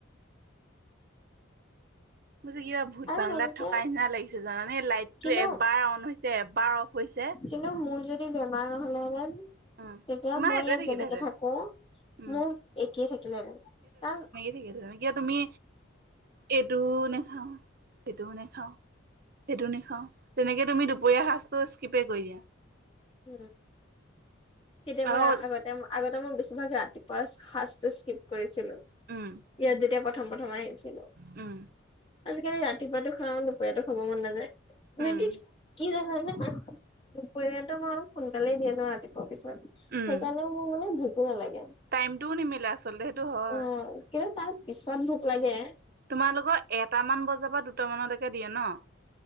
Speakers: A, on the right (about 50°); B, on the left (about 30°).
A: মোৰ যে কিবা ভূত
B: আৰু
A: বাংলাত
B: মেইনকে
A: থকা নিচিনা লাগিছে জানানে লাইটটো
B: কিন্তু
A: এবাৰ অন হৈছে এবাৰ অফ হৈছে।
B: কিন্তু মোৰ যদি বেমাৰ নহ'লেহেঁতেন।
A: উম
B: তেতিয়া
A: তোমাৰ
B: মই
A: সেইটোৱে
B: ইয়াত
A: থাকিলেহেঁতেন
B: যেনেকে থাকোঁ
A: উম
B: মোৰ একেই থাকিলেহেঁতেন আৰু
A: ঠিকেই আছে যেনেকে তুমি এইটোও নেখাওঁ সেইটোও নেখাওঁ। সেইটো নেখাওঁ তেনেকে তুমি দুপৰীয়া সাজটো স্কিপে কৰি দিয়া।
B: উম উ কেতিয়াবা
A: আৰু
B: আ আগত। তেওঁ মা আগতে মই বেছিভাগ ৰাতিপুৱা সাজটো স্কিপ কৰিছিলো।
A: উম,
B: ইয়াত যেতিয়া প্ৰথম প্ৰথম আহিছিলোঁ।
A: উম।
B: আজিকালি ৰাতিপুৱাতো খাওঁ দুপৰীয়াটো খাব মন নেযায়। তুমি
A: উম,
B: কি যে কি যে হয় জানানে দুপৰীয়া। ৰাতিপুৱা অ সোনকালে দিয়ে নো ৰাতিপুৱা পিছত। ইস্
A: উম,
B: সেইকাৰণে মোৰ মানে ভোকো নালাগে আ
A: টাইমটোও নিমিলে আচলতে সেইটো হয়।
B: আ আ। কিন্তু তাৰ পিছত ভোক লাগে।
A: তোমালোকৰ এটামান বজাৰ পৰা দুটামানলৈকে দিয়ে ন।